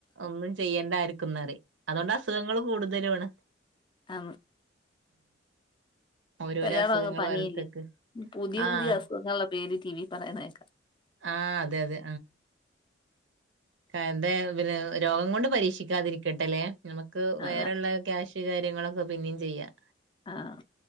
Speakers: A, on the right; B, on the left.
A: ഒന്നും ചെയ്യേണ്ടായിക്കും ന്നറി അതുകൊണ്ട് അസുഖങ്ങൾ കൂടുതല്യആണ്
B: ആ
A: ഓരോരോ
B: ഇപ്പ എല്ലാടും
A: അസുഖങ്ങൾ
B: അങ്ങ് പനിയില്ലേ
A: ഓരോരുത്തർക്ക്
B: പുതിയ
A: ആഹ്
B: പുതിയ അസുഖങ്ങള്ള പേര് ടി വി പറയുന്നെക്കാം
A: ആഹ അതെ അതെ എന്താ പിന്നെ രോഗം കൊണ്ട് പരീക്ഷിക്കാതിരിക്കട്ടെല്ലേ നമുക്ക് വേറെള്ള
B: അതാ
A: ക്യാഷ് കാര്യങ്ങളൊക്കെ പിനിം ചെയ്യാം
B: ആഹ